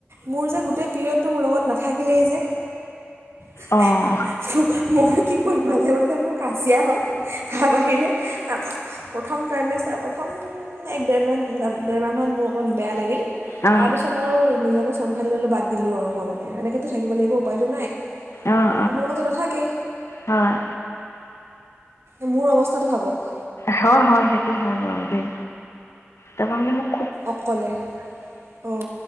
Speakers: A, on the right (about 70°); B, on the left (about 85°).
A: মোৰ যে গ। গোটেই পিৰিয়ডটো মোৰ লগত নাথাকিলেই যে। হে
B: অঁ
A: হে মই কি কৰিম। মাজে মাজে মোৰ কাজিয়া হয়। তাৰ বাহিৰে তাৰ প্ৰথম টাইমে চ একদম ডেৰ মমান। দেৰ মাহমান মোৰ অকণ বেয়া লাগিল।
B: অঁ
A: তাৰ পিছত আৰু নিজকে চম্ভালি ললোঁ বাদ দিলোঁ আৰু মই মানে এনেকেতো থাকিব লাগিব উপায়তটো নাই।
B: অঁ অঁ
A: তোমোৰ লগতো নাথাকে।
B: হয়।
A: এই মোৰ অৱস্থাটো ভাবক।
B: হয় হয় সেইটো হয় বাৰু দেই। তাৰ পা মানে মো
A: অকলে অঁ।